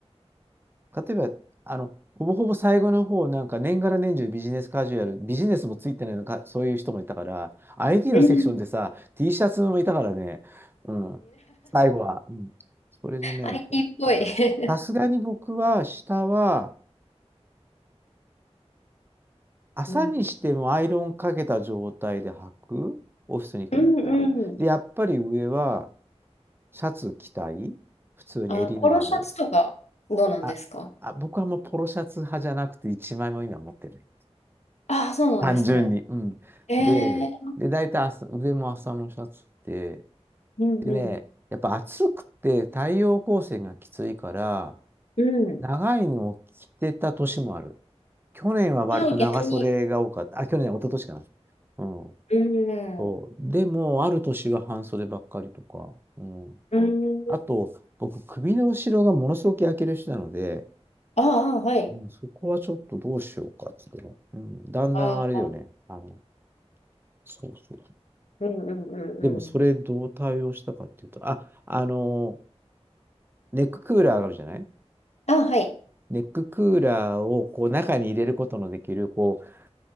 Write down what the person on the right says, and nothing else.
例えば、あの、ほぼほぼ最後の方、なんか年がら年中ビジネスカジュアル、ビジネスもついてないのか、そういう人もいたから、IT
のセクションでさ、T シャツもいたからね、うん、最後は。うん、それでね、
どうしたかな。
さすがに僕は、下は、朝にしてもアイロンかけた状態で履く、
オフィスに行くんだったら。
で、やっぱり上は、シャツ着たい、普通に襟のある。
あ、あ、僕はもうポロシャツ派じゃなくて、一枚も今持ってない。
単純に。うん。
で、
で、大体朝、上も朝のシャツで、
でね、やっぱ暑くて太陽光線がきついから、
長いのを着てた年もある。去年は割と長袖が多かった。
あ、去年、一昨年かな。うん。
そう。でも、ある年は半袖ばっかりとか。うん。
あと、僕、首の後ろがものすごく焼ける人なので、
うん、そこはちょっとどうしようかって言ってね。うん。だんだんあれだよね。
あの、そうそう。
でもそれどう対応したかっていうと、あ、あの、ネッククーラーがあるじゃない
ネッククーラーをこう中に入れることのできるこう